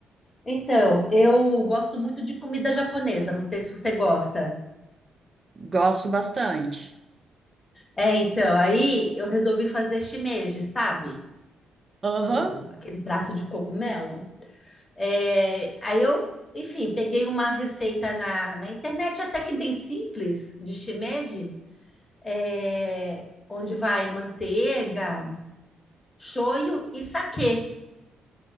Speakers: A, on the left; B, on the right.
A: Então, eu gosto muito de comida japonesa, não sei se você gosta.
B: Gosto bastante.
A: É, então, aí eu resolvi fazer shimeji, sabe?
B: Aham.
A: O, aquele prato de cogumelo. É, aí eu, enfim, peguei uma receita na, na internet até que bem simples de shimeji, é, onde vai manteiga, shoyu e saquê.